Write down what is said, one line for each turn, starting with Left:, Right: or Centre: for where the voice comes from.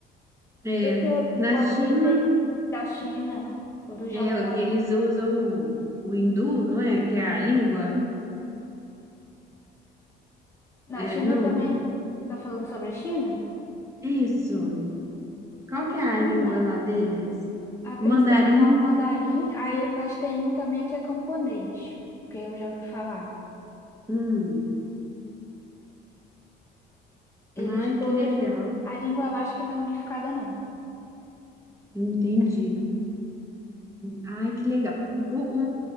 Right: É,
Left: Você
Right: na
Left: gosta
Right: China,
Left: assim da China, do Japão?
Right: é, eles usam o, o hindu, não é? Que é a língua.
Left: Na
Right: É,
Left: China
Right: não,
Left: também. Tá falando sobre a China?
Right: é isso. Qual
Left: A
Right: que
Left: China,
Right: é a língua lá deles?
Left: a principal
Right: Mandarim.
Left: mandarim, aí, mas tem um também que é camponês, que eu já ouvi falar.
Right: Hum.
Left: Eles
Right: Ai, que
Left: todos,
Right: legal.
Left: não- a língua lá acho que não é unificada, não.
Right: Entendi. Ai, que legal. O,